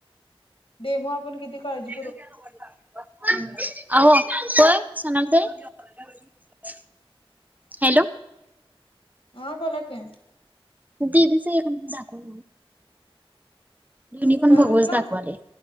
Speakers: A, on the left; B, on the right.
A: डेमो आपण किती काळजी
B: <unintelligible> आहि सोनाली ताई हॅलो
A: आ बोला की
B: दीदींचा एख दाखवल दोन्हीपण
A: काय
B: भघवच
A: म्हंटला?
B: दाखवालय.